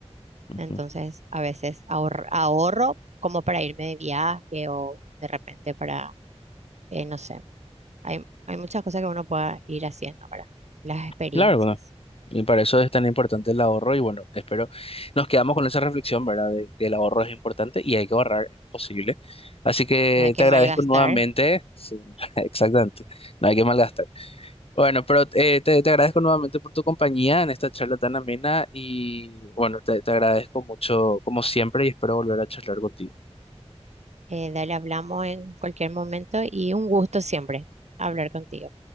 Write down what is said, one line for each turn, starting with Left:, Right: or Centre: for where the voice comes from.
Left: ujú.
Right: Entonces, a veces ahor- ahorro como para irme de viaje o de repente para, eh, no sé, hay, hay muchas cosas que uno pueda ir haciendo, ¿verdad? Las experiencias.
Left: Claro, Y para eso es tan importante el ahorro y bueno, espero nos quedamos con esa reflexión, ¿verdad? De que el ahorro es importante y hay que ahorrar en lo posible. Así que
Right: No hay que
Left: te agradezco
Right: malgastar.
Left: nuevamente, sí, <laughs> exactamente, no hay que malgastar. Bueno, pero eh, te, te agradezco nuevamente por tu compañía en esta charla tan amena y bueno, te, te agradezco mucho como siempre y espero volver a charlar contigo.
Right: Eh, dale, hablamos en cualquier momento y un gusto siempre hablar contigo.